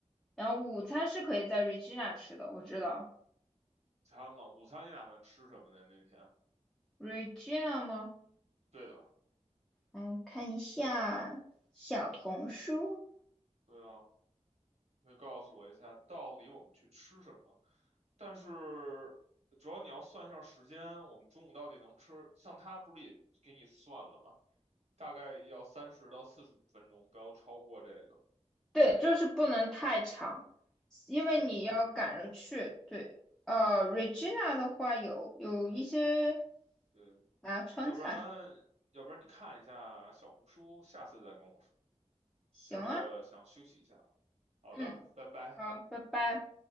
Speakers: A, in the centre; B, on the right.
A: 然后午餐是可以在 Regina 吃的，我知道
B: 餐吗？午餐你打算吃什么呢？那天？
A: Regina 吗？
B: 对的，
A: 嗯，看一下小红书。
B: 对啊，可以告诉我一下，到底我们去吃什么？但是主要你要算一下时间，我们中午到底能吃？像他不是也给你算了吗？大概要三十到四十五分钟，不要超过这个。
A: 对，就是不能太长，因为你要赶着去。
B: 行，
A: 对，呃，Regina 的话有有一些。
B: 对，
A: 啊，川菜，
B: 要不然要不然你看一下小红书，下次再跟我说。
A: 行啊，
B: 今儿个想休息一下啊。好的，
A: 嗯，
B: 拜拜。
A: 好，拜拜。